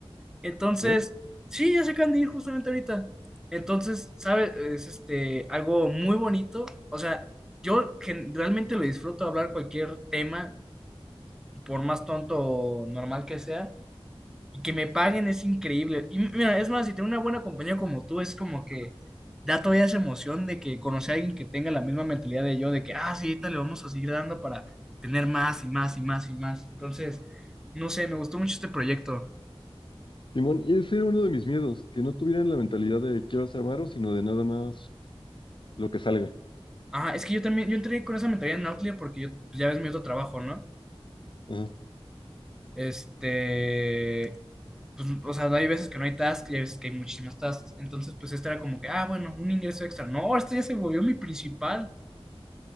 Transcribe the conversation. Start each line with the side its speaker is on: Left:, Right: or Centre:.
Centre: Entonces,
Left: ¿Eh?
Centre: sí, ya se acaban de ir justamente ahorita. Entonces, ¿sabes? Es este, algo muy bonito. O sea, yo gen- realmente lo disfruto hablar cualquier tema, por más tonto o normal que sea, y que me paguen es increíble. Y mira, es más, si tengo una buena compañía como tú, es como que da todavía esa emoción de que conocer a alguien que tenga la misma mentalidad de yo, de que, ah, sí, ahorita le vamos a seguir dando para tener más y más y más y más. Entonces, no sé, me gustó mucho este proyecto.
Left: Simón, y ese era uno de mis miedos, que no tuvieran la mentalidad de quiero hacer varo, sino de nada más lo que salga.
Centre: Ah, es que yo también, yo entré con esa mentalidad en Outlier porque yo, pues, ya ves mi otro trabajo, ¿no?
Left: Ajá.
Centre: Este, pues, o sea, hay veces que no hay tasks y hay veces que hay muchísimas tasks. Entonces, pues, este era como que, ah, bueno, un ingreso extra. No, este ya se volvió mi principal.